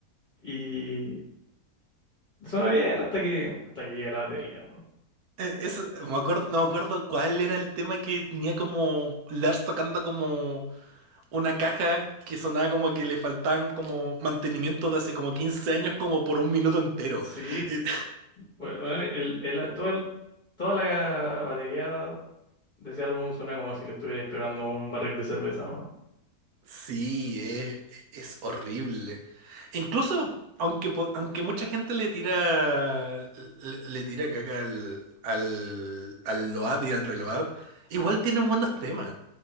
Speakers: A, on the left; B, on the right.
A: y suena bien hasta que hasta que llega la batería,
B: Eh, eso- me acuerdo, no me acuerdo cuál era el tema que tenía como Lars tocando como una caja que sonaba como que le faltaban como mantenimiento de hace como 15 años como por un minuto
A: weón.
B: entero.
A: Sí,
B: Eh,
A: we- bueno, el, el- todo el- toda la batería de ese álbum suena como si le estuvierais pegando un barril de cerveza, weón.
B: sí, es, es horrible. Incluso, aunque, po- aunque mucha gente le tira le, le tira caca al, al, al Load y al Reload, igual tienen buenos temas.